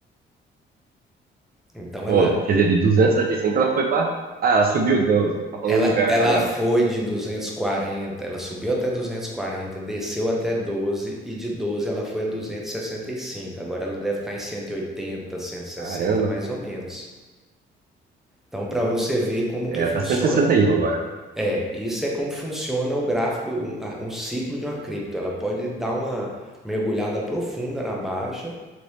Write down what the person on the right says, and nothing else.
Pô,
quer dizer, de 275? ela foi pra. Ah, ela subiu, deu, tá falando
o inverso
agora.
Caramba.
É,
tá cento e e sessenta e um agora.